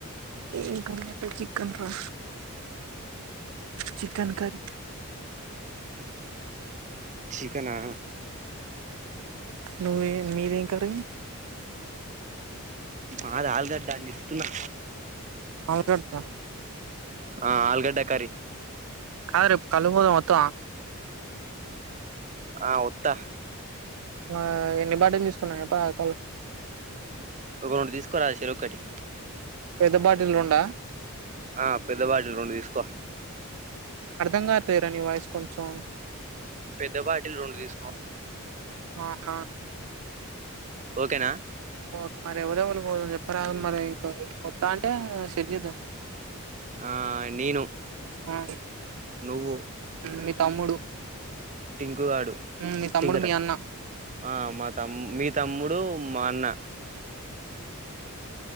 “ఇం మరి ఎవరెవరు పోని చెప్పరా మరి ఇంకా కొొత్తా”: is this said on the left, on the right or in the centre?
Right